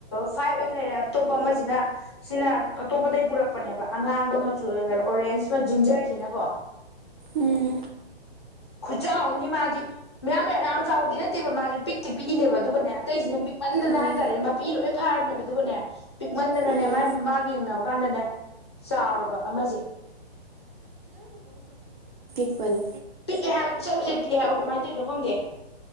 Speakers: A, on the left; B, on the right.
A: ꯐꯥꯏꯚ ꯑꯝ ꯂꯩꯔꯦ ꯑꯇꯣꯞꯄ ꯑꯃꯁꯤꯅ ꯁꯤꯅ ꯑꯇꯣꯞꯄꯗꯒꯩ ꯄꯨꯔꯛꯄꯅꯦꯕ ꯑꯉꯥꯡꯕ ꯃꯆꯨ ꯑꯣꯏꯔꯒꯅ ꯑꯣꯔꯦꯟꯖ ꯁ ꯖꯤꯟꯖꯔꯁꯤꯅꯀꯣ
B: ꯎꯝ ꯎꯝ
A: ꯈꯨꯆꯥꯎ ꯑꯝꯅꯤ ꯃꯥꯗꯤ ꯃꯌꯥꯝ ꯃ ꯌꯥꯝ ꯆꯥꯎꯗꯤ ꯅ ꯃꯥ ꯇꯤꯛ ꯄꯤꯛꯏꯅꯦꯕ ꯑꯗꯨꯒꯅꯦ ꯑꯇꯩꯁꯤꯅ ꯄꯤꯛꯃꯟꯗꯅ
B: ꯎꯝ
A: ꯍꯥꯏꯇꯥꯔꯦ ꯃꯄꯤ ꯂꯣꯏ ꯐꯥꯔꯕꯅꯦꯕ ꯑꯗꯨꯒꯅꯦ ꯄꯤꯛꯃꯟꯗꯅꯅꯦ
B: ꯎꯝ
A: ꯃꯥ ꯃꯥꯒ ꯌꯦꯡꯅꯕ ꯀꯥꯟꯗꯅꯦ ꯆꯥꯎꯔꯕ ꯑꯃꯁꯦ
B: ꯐꯅꯤ
A: ꯄꯤꯛꯑꯦ ꯍꯥꯏꯕ ꯄꯤꯁꯛ ꯄꯤꯁꯛ ꯄꯤꯛꯑꯦ ꯍꯥꯏꯕ ꯀꯃꯥꯏꯅ ꯇꯧꯔꯤꯅꯣ ꯈꯪꯒꯦ